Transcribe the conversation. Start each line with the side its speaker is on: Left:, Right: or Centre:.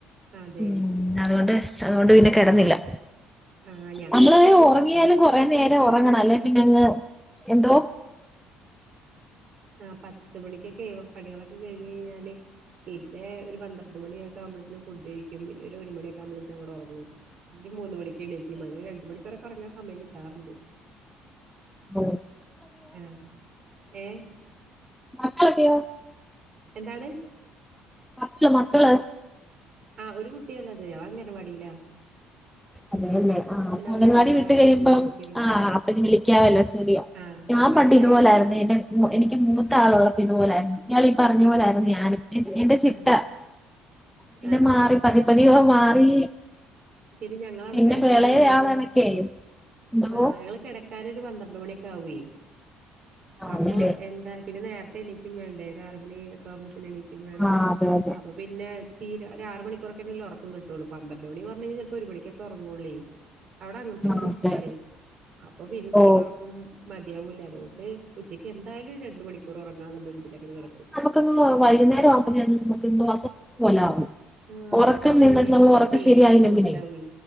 Right: അതെ
Centre: ഉം അതുകൊണ്ട് അതുകൊണ്ട് പിന്നെ കെടന്നില്ല
Right: ആഹ് ഞാനും
Centre: നമ്മള്
Right: അതെ
Centre: ഈ
Right: ഒരു
Centre: ഒറങ്ങിയാലും
Right: പത്ത് മണിയൊക്കെ
Centre: കൊറെ
Right: ആകുമ്പോഴത്തേനൊക്കെ
Centre: നേരം ഒറങ്ങണം
Right: അവിടെ വീട്ടില്
Centre: അല്ലേ പിന്നെ അങ്ങ് എന്തോ
Right: ആഹ് പത്ത് മണിക്കൊക്കെ ഏ വു പണികളൊക്കെ കഴിഞ്ഞ് കഴിഞ്ഞാല് പിന്നെ ഒരു പന്ത്രണ്ട് മണിയൊക്കെ ആവുമ്പളത്തിനും ഫുഡ് കഴിക്കും പിന്നെ ഒര് ഒരു മണിയൊക്കെ ആമ്പളത്തിനും അങ്ങട് ഒറങ്ങും ഇല്ല് മൂന്ന് മണി ക്ക്എണീക്കും അങ്ങനെ രണ്ട് മണിക്കൂറൊക്കെ ഒറങ്ങൻ സമയം കിട്ടാറുണ്ട്
Centre: ഓ
Right: രാ ഏഹ്
Centre: മക്കള ത്തിയോ
Right: എന്താണ്
Centre: മക്കള് മക്കള്
Right: ആഹ് ഒരു കുട്ടിയാ ള്ളത് അവൻ അംഗനവാടിലാ
Centre: അതെ അല്ലെ ആഹ് അംഗൻവാടി
Right: അവനെ കൊണ്ടുവരാറാകുമ്പോഴത്തേനും
Centre: വിട്ട് കഴിയുമ്പം
Right: എണീക്കും
Centre: ആഹ് അപ്പന് വിളിക്കാവല്ലോ ശരിയാ
Right: ആഹ്
Centre: ഞാ
Right: ആ
Centre: പണ്ട്
Right: ഒരു
Centre: ഇതുപോലെ
Right: ടൈം
Centre: ആയിരുന്നേ എന്റെ എനിക്ക് മൂത്ത
Right: ആ
Centre: ആളുള്ളപ്പം ഇതുപോലെ ആയിരുന്നു ഇയാൾ ഈ പറഞ്ഞ
Right: ആ
Centre: പോലെ ആയിരുന്നേ ഞാനും എന്റെ എന്റെ ചിട്ട
Right: ആ
Centre: പിന്നെ
Right: ആ
Centre: മാറി പതിയെപ്പതിയേ ഓ മാറി
Right: പിന്നെ ഞങ്ങവിടെ
Centre: പിന്നെ
Right: കെടക്കാന്ന്
Centre: ഇളയ
Right: പറയുമ്പം
Centre: ആളാണൊക്കെ എന്തോ
Right: ആ ഞങ്ങള് കെട ക്കാൻ ഒരു പന്ത്രണ്ട് മണി ഒക്കെ ആവുവേ
Centre: ആണല്ലേ
Right: അപ്പോ എന്താ പിന്നെ നേര തെണിക്കും വേണ്ടേ ഒരു ആറ് മണി ക്കാമ്പത്തിന് എനീക്കും വേണം
Centre: ആ അതെ അതെ
Right: അപ്പോ പിന്നെ തീരെ ഒര് ആറ് മണിക്കൂറ്ഒക്കെന്നല്ലേ ഒറക്കം കിട്ടുള്ളൂ പന്ത്രണ്ട് മണി പറഞ്ഞഴിഞ്ഞാൽ ചെലപ്പോ ഒരു മണിക്ക് ക്കെ ഒറങ്ങുവുള്ളേ അവിടെ അങ്ങനത്തെ
Centre: ആ
Right: ഒരു സിസ്റ്റാണേ
Centre: അതെ
Right: അപ്പ പിന്നെ തീരെ
Centre: ഓ
Right: ഒറക്കും മതിയാവൂല അതുകൊണ്ട് ഉച്ചയ്ക്ക് എന്തായാലും രണ്ട് മണി ക്കൂറ് ഒറങ്ങാന്ന്ളെളാരു ഇതില് അങ്ങട് കെടക്കും
Centre: ക്ക്ന്നെന്ന് വൈകുന്നരം ആവുമ്പത്തിന് നമുക്ക് എന്തോ അസ്വസ്ഥത പോലെ ആവും
Right: ആ
Centre: ഒറക്കം
Right: പിന്നെ നമ്മൾ ഉറങ്ങിയില്ലെങ്കിൽ
Centre: നിന്നിട്ട് നമ്മള്
Right: നമുക്ക്
Centre: ഒറക്കം
Right: ദേഷ്യം
Centre: ശരിയായില്ലെങ്കിലേ
Right: കൂടുതലാവേ